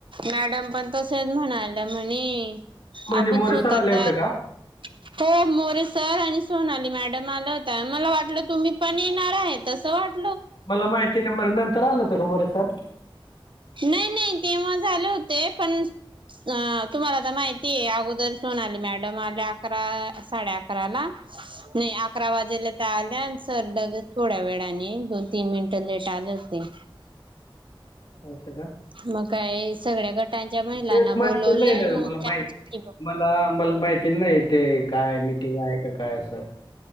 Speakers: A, on the right; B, on the left.
A: मॅडम पण तसे म्हणाल्या म्हणे
B: म्हणजे
A: आपण
B: मोरे
A: स्वतः
B: सर आले होते
A: तयार
B: का?
A: हो मोरेसर आणि सोनाली मॅडम आल्या होत्या. मला वाटलं तुम्ही पण येणार आहे तसं वाट-
B: मला माहिती नाही. मग नंतर आलतं का मोरे सर?
A: नाही नाही तेव्हा झाले होते पण अ तुम्हाला आता माहिती आहे अगोदर सोनाली मॅडम आले अकरा साडे अकरा ला नाही अकरा वाजेला तर आल्या सर लगेच थोड्या वेळाने दोन तीन मिनट लेट आले होते.
B: असे का?
A: मग काय सगळ्या गटांच्या महिलांना
B: तेच माहिती
A: बोलवलंय
B: नाही ना
A: मग
B: गं मला
A: त्यांच्याशी
B: मा
A: ब-
B: मला मला माहिती नाही ते काय मीटिंग आहे का काय असं